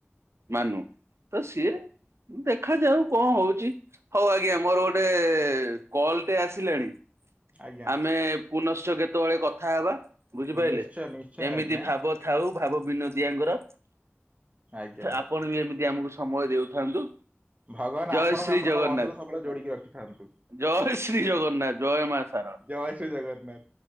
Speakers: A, on the right; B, on the right.
A: ମାନୁ ତ ସିଏ ଦେ ଖାଯାଉ କଁ ହୋଉଚି ହଉ ଆଜ୍ଞା ମୋରୋ ଗୋଟେ କଲ ଟେ ଆସିଲାଣି
B: ଆଜ୍ଞା।
A: ଆମେ ପୁନଶ୍ଚ କେତୋବୋଳେ କଥା ହବା ବୁଝିପାଇଲେ
B: ନିଶ୍ଚୟ ନିଶ୍ଚୟ
A: ଏମିତି
B: ଆଜ୍ଞା
A: ଭାବ ଥାଉ ଭାବ ବିନୋଦିଆଙ୍କର
B: ଆଜ୍ଞା।
A: ଆପଣ ବି ଏମିତି ଆମକୁ ସମୟ ଦେଉଥାନ୍ତୁ।
B: ଭଗବାନ
A: ଜୟ
B: ଆପଣଙ୍କୁ
A: ଶ୍ରୀ
B: ଆପଣଙ୍କ
A: ଜଗନ୍ନାଥ
B: ବନ୍ଧକୁ ସବୁବୋଳେ ଯୋଡିକି ରଖିଥାନ୍ତୁ।
A: ଜୟ ଶ୍ରୀ ଜଗନ୍ନାଥ ଜୟ ମା ଶାରଳା।
B: ଜୟ ଶ୍ରୀ ଜଗନ୍ନାଥ।